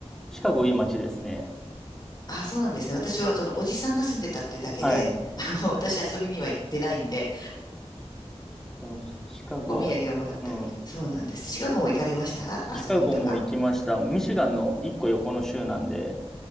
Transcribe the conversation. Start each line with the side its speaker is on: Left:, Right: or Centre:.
Centre: シカゴいい街ですね。
Left: ああ、そうなんですね。私はそのおじさんが住んでたっていうだけで、
Centre: はい。
Left: あの私遊びには行ってないんで、
Centre: でもシカゴは、
Left: お土産をもらったぐらい。
Centre: うん。
Left: そうなんです。シカゴも行かれました遊びにとか。
Centre: シカゴも行きました。ミシガンの一個横の州なんで、